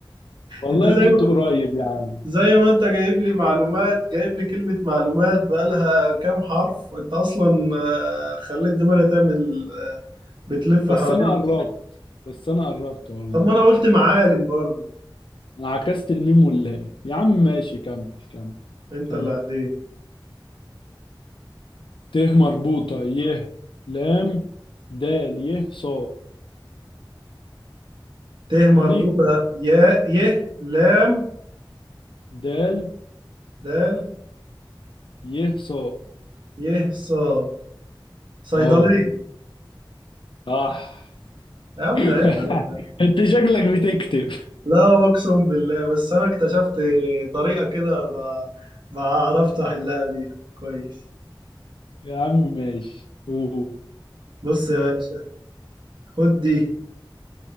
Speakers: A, on the left; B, on the right.
A: والله
B: انت زي
A: كنت
B: ما
A: قريب يا عم
B: زي ما انت جايب لي معلومات جايب لي كلمة معلومات بقالها كام حرف انت اصلا آه، خليت دماغي تعمل آه، بتلف
A: بس
B: حوالين
A: انا قربت بس انا قربت والله
B: طب ما انا قلت معالم برضو
A: انا عكست الميم ولا ايه يا عم ماشي كمل كمل
B: انت
A: كمل
B: اللي عليك
A: ت مربوطة ي لام دال ي صا
B: ت مربوطة
A: تاني
B: يا ي لام
A: دال
B: دال
A: ي صا
B: يه صا صيدلية
A: اه صح
B: يا ابني
A: <laughs>
B: عيب عليك
A: انت شكلك بتكتب
B: لا اقسم بالله بس انا اكتشفت طريقة كده ب- بعرفت احلها بيها كويس
A: يا عم ماشي قول
B: بص يا باشا خد دي